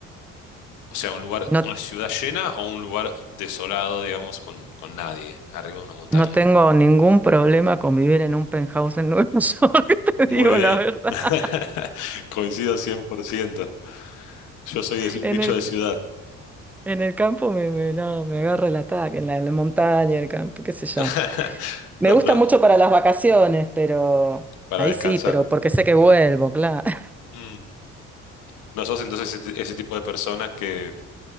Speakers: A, on the left; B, in the centre.
A: O sea, un lugar,
B: No,
A: una ciudad llena o un lugar desolado, digamos, con, con nadie, arriba de una montaña.
B: no tengo ningún problema con vivir en un penthouse en Nueva <laughs> York, te
A: Muy
B: digo
A: bien.
B: la verdad.
A: <laughs> Coincido cien por ciento Yo soy de- un
B: En
A: bicho
B: el
A: de ciudad.
B: En el campo me, me- no, me agarra el ataque, en la, en la montaña, el campo, qué sé yo.
A: <laughs>
B: Me
A: No,
B: gusta
A: no,
B: mucho para las vacaciones, pero
A: para
B: ahí
A: descansar.
B: sí, pero porque sé que vuelvo, claro. <laughs>
A: Mm. ¿No sos entonces ese, ti- ese tipo de personas que,